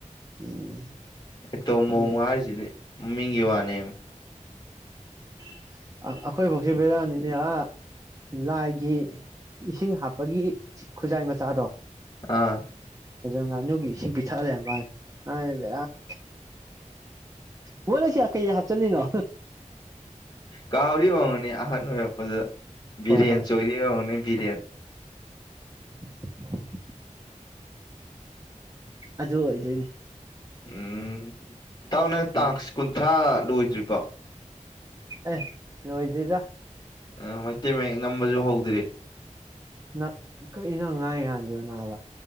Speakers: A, on the right; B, on the left.
A: ꯎꯝ
B: ꯑꯦꯇꯣꯝ
A: ꯈꯪꯗꯦ
B: ꯕꫭꯝ ꯍꯥꯏꯁꯤꯗꯤ ꯃꯃꯤꯡꯒꯤ ꯋꯥꯅꯦ
A: <unintelligible> ꯑꯩꯈꯣꯏꯕꫭꯛꯁꯦ ꯕꯤꯔꯌꯥꯅꯤꯅꯦ ꯑ ꯂꯥꯏꯒꯤ ꯏꯁꯤꯡ ꯍꯥꯞꯄꯒꯤ ꯈꯨꯖꯥꯏ ꯃꯆꯥꯗꯣ
B: ꯑꯥ
A: ꯑꯗꯣ ꯉꯥꯅꯨꯒꯤ ꯏꯁꯤꯡ ꯄꯤꯊꯛꯑ ꯂꯩꯔꯝꯕꯥꯅꯤ ꯑꯍꯟꯖꯦ ꯕꯦꯔꯥꯅꯤ ꯕꫭꯛ ꯅꯪ ꯁꯤꯗ ꯀꯩ ꯍꯥꯞꯆꯜꯂꯤꯅꯣ
B: ꯀꯥꯎꯔꯤ ꯋꯥꯉꯅꯤ ꯑꯍꯅ ꯑꯣꯏꯔꯄꯗ ꯕꯤꯔꯌꯥꯅꯤ
A: ꯍꯣꯏ ꯍꯣꯏ
B: ꯆꯧꯔꯤꯒꯅꯤ ꯕꯤꯔꯌꯥꯅꯤ
A: <inaudible> ꯑꯖꯑꯣꯁꯨꯣꯏꯅꯦ
B: ꯎꯝ ꯇ ꯑꯣꯅ
A: ꯎꯝ
B: ꯇꯥꯡ ꯁꯀꯨꯟꯊ꯭ꯔꯥ ꯂꯣꯏꯗ꯭ꯔꯤꯕ
A: ꯑꯦ ꯅꯣꯏꯗꯔꯤꯗ
B: ꯑ ꯃ ꯃ ꯅꯝꯕꯁꯨ ꯍꯧꯧꯗ꯭ꯔꯤ
A: ꯅꯪ ꯀꯩꯅꯣ ꯉꯥꯡꯉꯤ ꯀꯥꯟꯁꯤꯕꯣ ꯅꯥꯕ